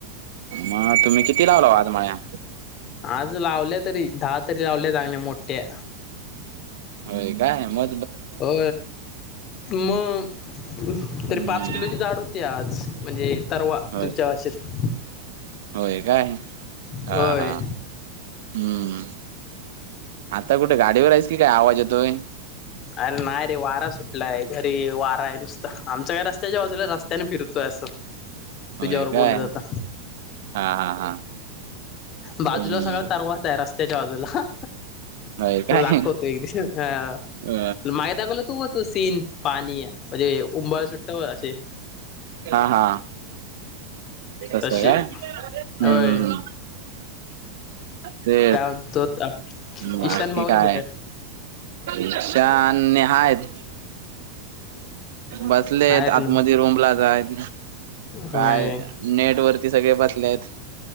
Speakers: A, on the right; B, on the left.
A: मग तुम्ही किती लावला? आज माळ्या
B: आज लावले तरी दहा तरी लावले चांगल्या मोठ्या
A: होय काय? म
B: हो मग
A: हम्म
B: तरी पाच किलोची ाड होती आज म्हणजे उ तर्वा
A: होय
B: तुमच्यावाशी <unintelligible>
A: होय काय? हा
B: होय
A: हा हम्म आता कुठे गाडीवर आहेयच की काय आवाज येतोय
B: अरे नाही रे वारा सुटलाय घरी वारा आहे नुसतं आमच्या घरच त्याच्या बाजूला रस्त्याने फिरतो असं
A: होय
B: तुझ्यावर
A: काय
B: बोल
A: हा
B: आता
A: हा हा
B: बाजूला
A: हम्म
B: सगळ तरवा तया रस्त त्याच्या बाजूला
A: होय काय
B: लाग करतो एकद ह मागे
A: अ
B: दाखवलं तू हो तू सीन पाणी म्हणजे उंबळ सुट्टत असे
A: हा हा तस
B: तसे
A: काय हम्म
B: होय
A: हम्म हम्म ते
B: त्या तो
A: बाकी
B: ईशान भाऊनी
A: काय
B: कुठे आहे?
A: ईशान्य हायत बसलेत
B: आहेत
A: आत
B: ना
A: मध्ये रुमला जाय काय
B: होय
A: नेट वरती सगळे बसले आहेत